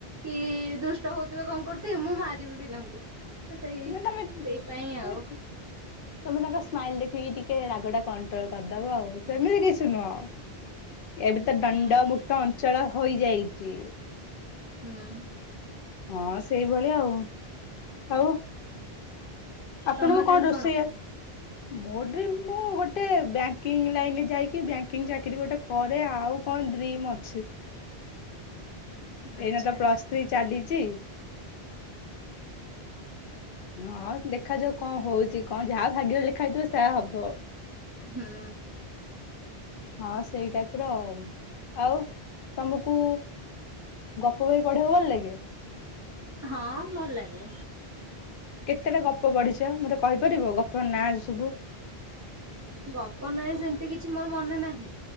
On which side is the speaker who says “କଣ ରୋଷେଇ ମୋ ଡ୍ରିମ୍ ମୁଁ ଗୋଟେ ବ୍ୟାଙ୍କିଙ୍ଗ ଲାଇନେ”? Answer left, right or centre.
Left